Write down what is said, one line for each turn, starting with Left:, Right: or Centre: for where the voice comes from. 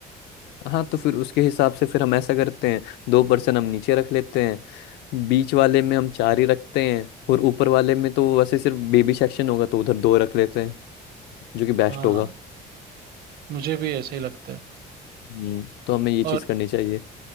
Left: हाँ तो फिर उसके हिसाब से फिर हम ऐसा करते हैं दो परसेंट हम नीचे रख लेते हैं बीच वाले में हम चार ही रखते हैं और ऊपर वाले में तो वैसे सिर्फ बेबी सेक्शन होगा तो उधर दो रख लेते हैं जो कि बेस्ट
Right: है। हाँ
Left: होगा
Right: मुझे भी ऐसे ही लगता है
Left: हम्म तो हमें ये
Right: और
Left: चीज़ करनी चाहिए